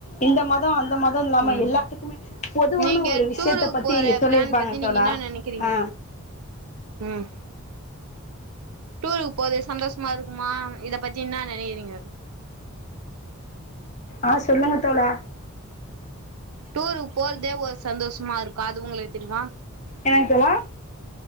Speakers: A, on the left; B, on the right.
A: இந்த மத அந்த மத இல்லாம
B: ம்
A: எல்லாத்துக்குமே பொதுவான
B: நீங்க
A: ஒரு விஷ்யத்த
B: டூருக்கு
A: பத்தி
B: போற
A: சொல்லியிருப்பாங்க
B: பிளான் பத்தி நீங்க
A: தோழா
B: என்ன நெனைக்கிறீங்க
A: ஆ
B: ம் டூருக்கு போரது சந்தோஷமா இருக்குமா இத பத்தி என்ன நெனைக்கிறீங்க
A: ஆ சொல்லுங்க தோழா
B: டூருக்கு போறதே ஒரு சந்தோஷமா இருக்கா அது உங்களுக்கு தெரிமா
A: என்னங்க தோழா